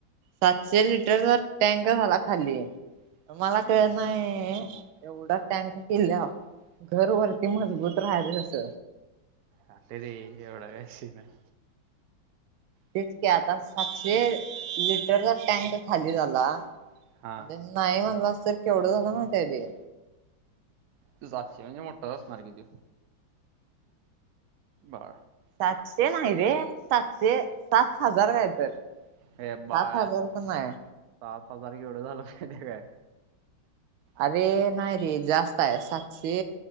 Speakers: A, on the right; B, on the right.
A: सातशे लिटरचा टँक झाला खाली. मला
B: हम्म
A: कानाही बस टँका केल्या घर वरती मजबूत. रायच कस.
B: आ ते ते एवढं काय विषय नाही.
A: तेचक आता सातशे लिटरचा टँक खाली झाला.
B: हा
A: म्हण नाही म्हणला तर केवढं झालं ना त्या ते.
B: तू सातशे म्हणजे मोठा असणार की तू. बर.
A: सातशे नाही रे सातशे सात हजार लिटर. सात
B: हे बाळ
A: हजार पण नाय.
B: सात हजार एवढं झालं माहितेय काय?
A: अरे नाही रे जास्त आहे सातशे